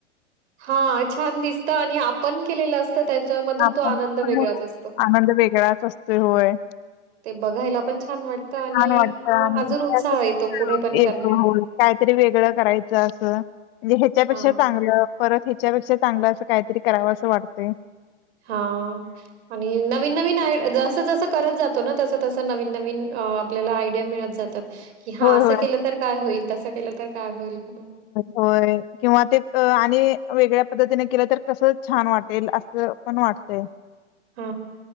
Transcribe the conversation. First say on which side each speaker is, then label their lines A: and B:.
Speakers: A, on the right; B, on the left.
A: हा छान दिसतं आणि आपण केलेलं अस त्याच्यामधून
B: आपण
A: तो आनंद
B: समोर
A: वेगळाच असतो.
B: आनंद वेगळाच असतोय होय
A: ते बघायला पण छान वाटतं आणि
B: छान वाटत
A: मग
B: आणि
A: अजून उत्साह येतो पुढे पण
B: एक
A: करण्यात.
B: हो काहीतरी वेगळं करायचं. असं म्हणजे ह्याच्यापेक्षा
A: हां
B: चांगलं परत ह्याच्यापेक्षा चांगलं असं काहीतरी करावं असं वाटत
A: हा आणि नवीन नवीन आय जस जस करत जातो ना तस, तस नवीन, नवीन आपल्याला आयडिया मिळत जात. क हा
B: होय
A: असं
B: होय
A: केलं तर काय होईल तसं केलं तर. काय होईल म्हणून.
B: होय किंवा ते आणि वेगळ्या पद्धतीने केलं तर कसं छान वाटेल असं पण वाटतंय.
A: हा